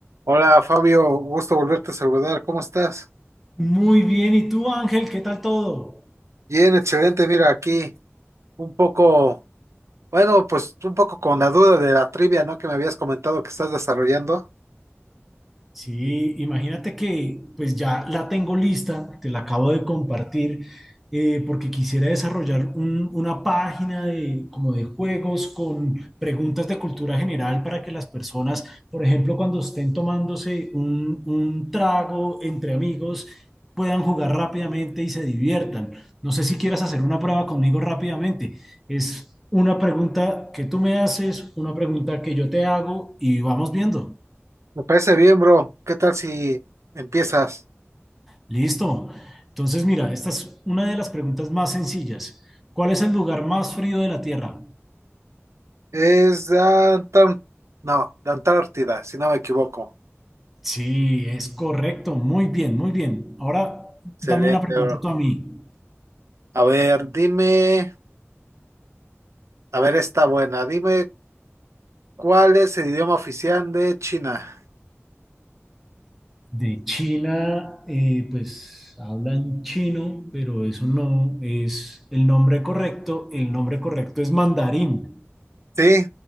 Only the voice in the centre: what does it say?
Muy bien, ¿y tú, Ángel? ¿Qué tal todo?
Sí, imagínate que pues ya la tengo lista, te la acabo de compartir, eh, porque quisiera desarrollar un- una página de, como de juegos con preguntas de cultura general para que las personas, por ejemplo, cuando estén tomándose un, un trago entre amigos, puedan jugar rápidamente y se diviertan. No sé si quieras hacer una prueba conmigo rápidamente. Es una pregunta que tú me haces, una pregunta que yo te hago y vamos viendo.
Listo. Entonces, mira, esta es una de las preguntas más sencillas. ¿Cuál es el lugar más frío de la Tierra?
Sí, es correcto. Muy bien, muy bien. Ahora,
dame una pregunta
tú a mí.
De China, eh, pues hablan chino, pero eso no es el nombre correcto. El nombre correcto es mandarín.